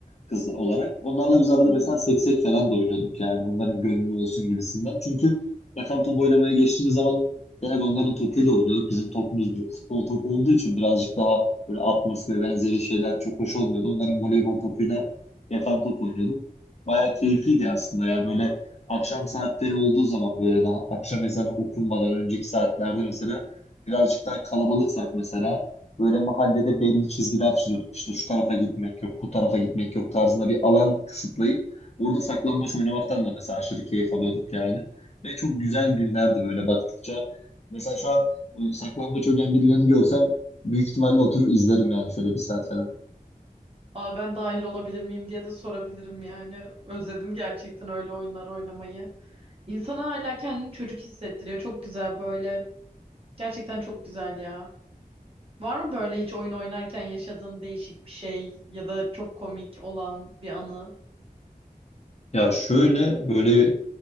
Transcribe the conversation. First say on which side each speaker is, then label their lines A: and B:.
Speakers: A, on the left; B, on the right.
A: kız olarak. Onlarla biz arada
B: Hı hı.
A: mesela seksek falan da oynuyorduk yani onların gönlü olsun gibisinden. Çünkü yakan top oynamaya geçtiğimiz zaman genelde onların topuyla oynuyorduk. Bizim topumuz futbol topu olduğu için birazcık daha Böyle atması ve benzeri şeyler çok hoş olmuyordu. Onların voleybol topuyla yakan top oynuyordum. Bayağı keyifliydi aslında ya. Böyle akşam saatleri olduğu zaman böyle daha akşam ezanı okunmadan önceki saatlerde mesela birazcık daha kalabalıksak mesela böyle mahallede belli çizgiler çiziyorduk. İşte şu tarafa gitmek yok, bu tarafa gitmek yok tarzında bir alan kısıtlayıp orada saklambaç oynamaktan da mesela aşırı keyif alıyorduk yani. Ve çok güzel günlerdi böyle baktıkça. Mesela şu an e, saklambaç oynayan birilerini görsem Büyük ihtimalle oturur izlerim yani şöyle bir saat falan.
B: Aa, ben dahil olabilir miyim diye de sorabilirim yani. Özledim gerçekten öyle oyunlar oynamayı. İnsana hala kendini çocuk hissettiriyor. Çok güzel böyle. Gerçekten çok güzel ya. Var mı böyle hiç oyun oynarken yaşadığın değişik bir şey ya da çok komik olan bir anı?
A: Ya şöyle böyle